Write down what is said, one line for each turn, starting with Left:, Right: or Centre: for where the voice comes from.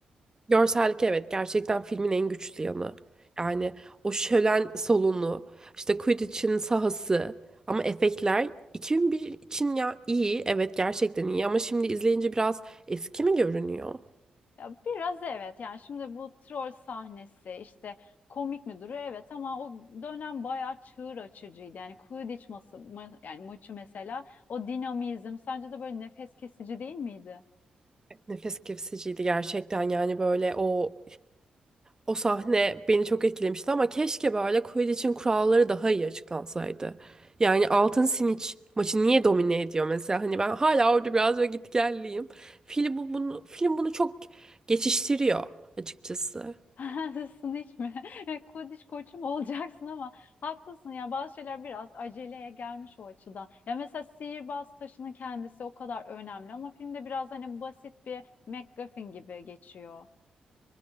Right: Görsellik evet gerçekten filmin en güçlü yanı. Yani o şölen salonu, işte Quidditch'in sahası ama efektler 2001 için ya iyi evet gerçekten iyi ama şimdi izleyince biraz eski mi görünüyor?
Left: Ya biraz evet yani şimdi bu troll sahnesi işte komik mi duruyor evet ama o dönem bayağı çığır açıcıydı. Yani Quidditch masa, ma- yani maçı mesela o dinamizm sence de böyle nefes kesici değil miydi?
Right: Nefes kesiciydi gerçekten yani böyle o o sahne beni çok etkilemişti ama keşke böyle Quidditch'in kuralları daha iyi açıklansaydı. Yani altın Siniç maçı niye domine ediyor mesela hani ben hala orada biraz böyle gitgelliyim. Film bu- bunu film bunu çok geçiştiriyor açıkçası.
Left: <laughs> Haklısın hiç mi? <laughs> Quidditch koçu mu olacaksın ama haklısın ya bazı şeyler biraz aceleye gelmiş o açıdan. Ya mesela sihirbaz taşının kendisi o kadar önemli ama filmde biraz hani basit bir MacGuffin gibi geçiyor.